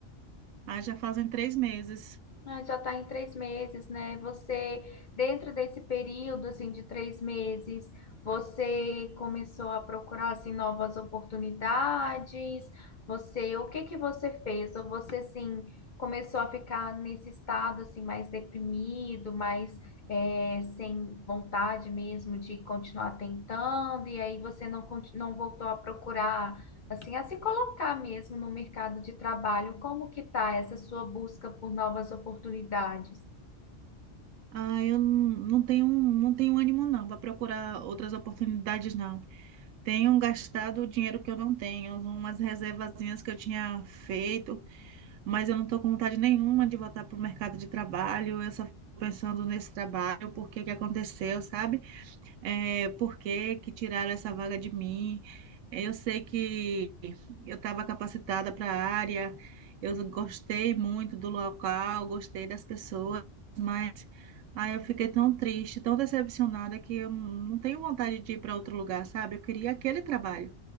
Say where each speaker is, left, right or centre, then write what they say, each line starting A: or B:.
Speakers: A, on the right; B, on the left.
A: Ah, já fazem três meses.
B: Ah, já está em três meses, né? Você, dentro desse período, assim, de três meses, você começou a procurar, assim, novas oportunidades? Você, o que que você fez? Ou você, assim, começou a ficar nesse estado, assim, mais deprimido, mais, eh, sem vontade mesmo de continuar tentando, e aí você não, conti- não voltou a procurar assim, a se colocar mesmo no mercado de trabalho, como que está essa sua busca por novas oportunidades?
A: Ah, eu não não tenho, não tenho ânimo não para procurar outras oportunidades, não. Tenho gastado o dinheiro que eu não tenho, umas reservazinhas que eu tinha feito, mas eu não estou com vontade nenhuma de voltar para o mercado de trabalho. Eu só fico pensando nesse trabalho, por que que aconteceu, sabe? é, por que que tiraram essa vaga de mim? É, Eu sei que eu estava capacitada para a área, eu gostei muito do local, gostei das pessoas, mas aí eu fiquei tão triste, tão decepcionada que eu não tenho vontade de ir para outro lugar, sabe? Eu queria aquele trabalho.